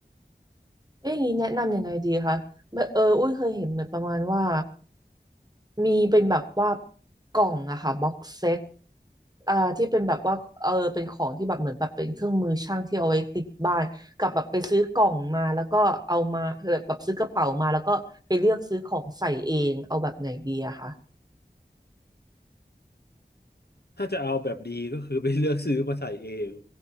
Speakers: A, on the right; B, on the left.
A: เอ๊ะอย่างนี้แนะนำยังไงดีคะแบบเออ อุ้ยเคยเห็นเหมือนประมาณว่า มีเป็นแบบว่ากล่องอะค่ะบ็อกเซตอ่าที่เป็นแบบว่าเออเป็นของที่แบบเหมือนแบบเป็นเครื่องมือช่างที่เอาไว้ติดบ้านกับแบบไปซื้อกล่องมาแล้วก็เอามาแบบซื้อกระเป๋ามาแล้วก็ไปเลือกซื้อของใส่เองเอาแบบไหนดีอะค่ะ
B: ถ้าจะเอาแบบดีก็คือไปเลือกซื้อมาใส่เอง